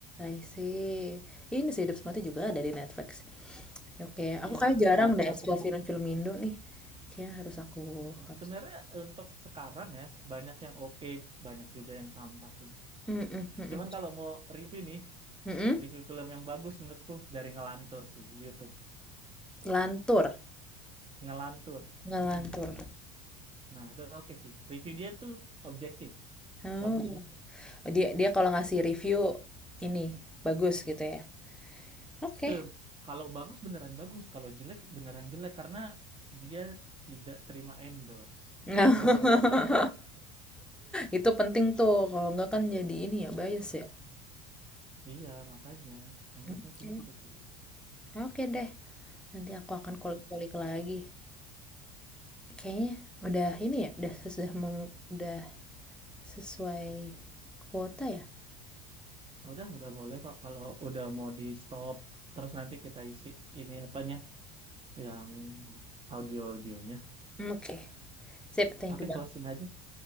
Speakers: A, in the centre; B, on the right.
A: I see. Ini sih Hidup Semati juga ada di Netflix. Oke, aku
B: Iya,
A: kayak jarang
B: itu
A: deh
B: tapi
A: explore film-film Indo nih. Kayaknya harus aku
B: nah,
A: harus.
B: sebenarnya untuk sekarang ya banyak yang oke, banyak juga yang sampah sih.
A: Mhm mhm.
B: Cuman kalau mau review nih,
A: Mhm?
B: review film yang bagus menurutku dari Ngelantur sih, YouTube.
A: Lantur?
B: Ngelantur.
A: Ngelantur?
B: Nah, itu oke sih. Review dia tuh objektif.
A: Oh,
B: Bagus sih.
A: dia dia kalau ngasih review ini, bagus gitu ya? Oke.
B: Eh, kalau bagus beneran bagus, kalau jelek beneran jelek karena dia tidak terima endorse.
A: <laughs>
B: Itu yang enak.
A: Itu penting tuh, kalau nggak kan jadi ini ya, bias ya?
B: Iya, makanya enaknya
A: Oke.
B: sih itu sih.
A: Oke deh, nanti aku akan kulik-kulik lagi. Kayaknya udah ini ya, udah sesudah udah sesuai kuota ya?
B: Ah, Udah, udah boleh kok kalau udah mau di stop. Terus nanti kita isi ini apanya yang audio-audionya.
A: Oke. Sip, thank
B: Oke,
A: you banget.
B: closing aja.